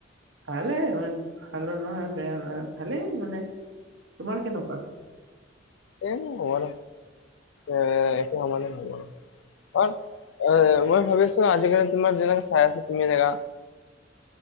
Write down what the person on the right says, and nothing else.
ভালেই ইমান, ভালো নহয় বেয়াও নহয় ভালেই মানে। তোমাৰ কেনেকুৱা?